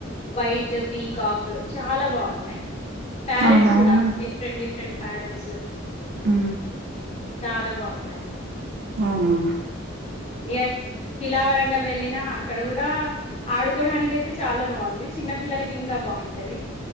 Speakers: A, on the left; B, on the right.
A: వైట్ పీకాక్ చాలా బాగున్నాయి ప్యారెట్స్
B: ఆ అవునా
A: కూడా
B: అండి
A: డిఫరెంట్ డిఫె డిఫరెంట్ పరెట్స్
B: అ
A: చాలా బాగున్నాయి
B: అవునా
A: ఏ కిలావరంగల్ వెళ్ళిన అక్కడ కూడా ఆడుకోడానికి అయితే చాలా బాగుంది చిన్న పిల్లలకి ఇంకా బాగుంటది